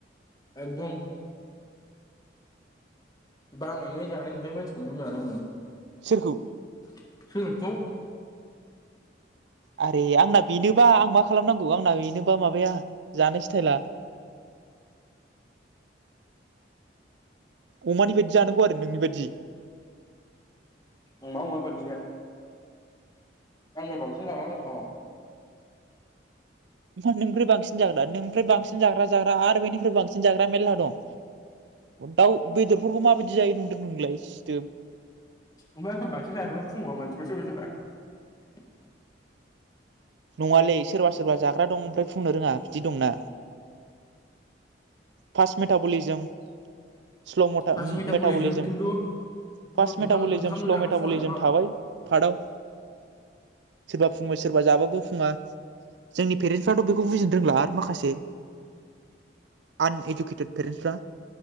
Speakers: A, on the left; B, on the right.
A: एकदम बानायनाय जानाय नुबाय मानसिखौनोनानै मोनो
B: सोरखौ
A: <unintelligible>
B: आरो आंना बेनोबा आं मा खालामनांगौ आंना बेनोबा माबाया जानाय स्टाइला अमानि बायदि जानांगौ आरो नोंनि बायदि
A: अमा अमा बायदिया आंबो बांसिन जानानै दं
B: मा नोंनिफ्राय बांसिन जाग्रा नोंनिफ्राय बांसिन जाग्रा जाग्रा आरो बेनिफ्राय बांसिन जाग्रा मेरला दं दाउ बेदरबो माबायदि जायो नुदों नोंलाय सिथोब
A: ओमफ्रायफोर बांसिन जाया ना फुङाव मानसिफोर सोरबा सोरोबा
B: नङालै सोरबा सोरबा जाग्रा दं ओमफ्राय बुंनो रोङा बिदि दंना fart metabolism slow
A: fast metabolism
B: metabolism
A: खिन्थु
B: फार्स्ट
A: ओंखाम
B: मेटाबलिजम
A: ओंखामल'
B: स्ल'
A: जाबा
B: मेटाबलिजम
A: फुङाना फाग्ला
B: थाबाय फार्डआव सोरबा फुंबाय सोरबा जाबाबो फुङा जोंनि पेरेन्टसफ्राथ' बेखौ बुजिनो रोंला आरो माखासे आनइडुकेटेड पेरेन्टसफ्रा